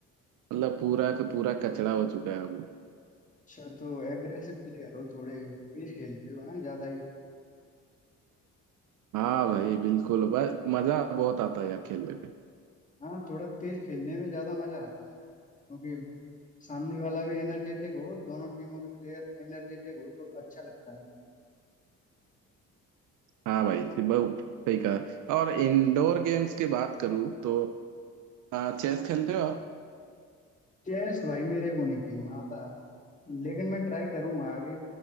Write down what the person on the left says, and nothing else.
अच्छा तो एग्रेसिव प्लेयर हो थोड़े तेज खेलते हो हैं ज्यादा ही
हाँ थोड़ा तेज खेलने में ज्यादा मजा आता है क्योंकि सामने वाला भी एनर्जेटिक हो दोनों टीमों के प्लेयर एनर्जेटिक हो तो अच्छा लगता है
चेस भाई मेरे को नहीं खेलना आता लेकिन मैं ट्राई करूंगा आगे